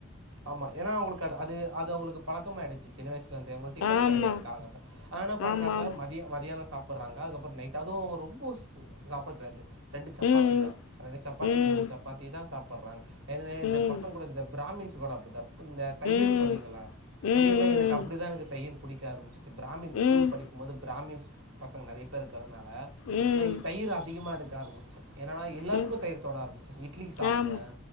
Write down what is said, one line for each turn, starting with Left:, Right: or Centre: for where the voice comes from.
Right: ஆமா ஏன்னா அவங்களுக்கு அது அது அவங்களுக்கு பழக்கம ஆயிடுச்சு சின்ன வயசுல இருந்து அவங்களுக்கு டிபன்
Left: ஆமா
Right: கிடையாது காலங்கத்தல்ல ஆனா என்ன பண்றாங்க
Left: ஆமா ஆமா
Right: மதிய மதியியான சாப்பா சடுறாங்க அதுக்கப்புறம் நைட அதுவும் அவங்க ரொம்ப சாப்பிடக்கிடடாது ரெண்டு சப்பாத்தி
Left: ம்
Right: தான் ரெண்டு ரெண்டு சப்பாத்திதா இரண்டு சப்பாத்தி
Left: ம்
Right: மூணு சப்பாத்தி தா சாப்பிடுறாங்க இந்த
Left: ம்
Right: பசங்க கூட இந்த பிராமின்ஸ் போடப்பத இந்த தயிர்
Left: ம்
Right: சொன்னீங்கள
Left: ம் ம்
Right: தயிர்லாம் எனக்கு அப்படிதான் எனக்கு தயிர் புடிக்க ஆரம்பிச் பிராமின் ஸ்கூல்
Left: ம் ம்
Right: படிக்கும்போது பிராமின் பசங்க நிறைய பேருக்கு அனால
Left: ம்
Right: நான் தயிர் அதிகமா எடுத்து காரபச்சன் என்னன்னா எல்லாத்துக்கும்தயிர்
Left: ம்
Right: தொட ஆரம்பிச்சு இட்லிக்கு சாப்பிடுவேன்
Left: ஆமா